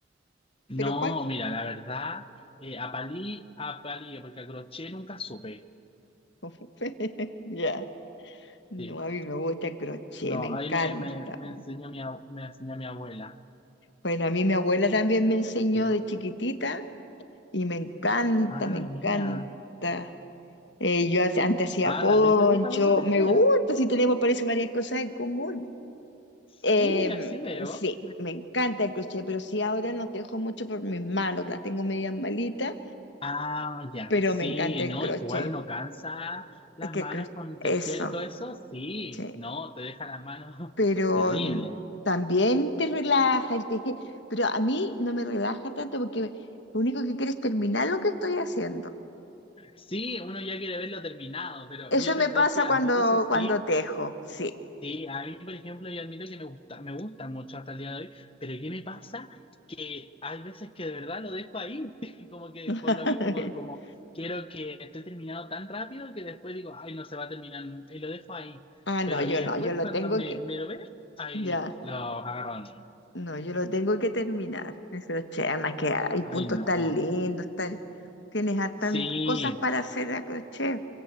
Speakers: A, on the left; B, on the left.
A: No,
B: ¿Pero cuál?
A: mira, la verdad, eh, a palí, a palillo, porque a crochet nunca supe.
B: <laughs> Ya. No,
A: Sí,
B: a mí me gusta el crochet,
A: no,
B: me encanta.
A: ahí me, me, me enseñó mi, ab- me enseñó mi abuela.
B: Bueno, a mí mi abuela también me enseñó
A: Sí.
B: de chiquitita y me encanta,
A: Ah,
B: me encanta.
A: mira.
B: Eh, yo hace- antes hacía
A: Ah,
B: poncho,
A: también te gusta mucho tejer.
B: me gusta, si tenemos parece varias cosas en común.
A: Sí,
B: Eh,
A: así veo.
B: sí, me encanta el crochet, pero sí ahora no tejo mucho por mis manos, que las tengo medias malitas,
A: Ah, ya.
B: pero
A: Sí,
B: me encanta el
A: no,
B: crochet.
A: es que igual uno cansa las
B: Es que
A: manos
B: el cro-
A: con
B: eso,
A: tejer y todo eso. Sí,
B: sí.
A: no, te deja las manos
B: pero
A: <laughs> terrible.
B: mm, también te relaja el tejer pero a mí no me relaja tanto porque me- lo único que quiero es terminar lo que estoy haciendo.
A: Sí, uno ya quiere verlo terminado, pero
B: Eso
A: y es
B: me
A: verdad
B: pasa
A: que admito
B: cuando,
A: eso sí.
B: cuando tejo, sí.
A: Sí, a mí, por ejemplo, yo admito que me gusta, me gusta mucho hasta el día de hoy, pero ¿qué me pasa? Que hay veces que de verdad lo dejo ahí, <laughs> como que
B: <laughs>
A: por lo mismo, por como quiero que esté terminado tan rápido que después digo, ay, no se va a terminar nunca, y lo dejo ahí.
B: Ah,
A: Pero,
B: no, yo
A: y después
B: no, yo lo
A: cuando
B: tengo
A: me,
B: que,
A: me lo veo, ahí
B: Ya,
A: lo agarro, no.
B: no, yo lo tengo que terminar. El crochet, además que hay puntos
A: Ay, no.
B: tan lindos, tan, tienes hartas
A: Sí,
B: cosas para hacer a crochet,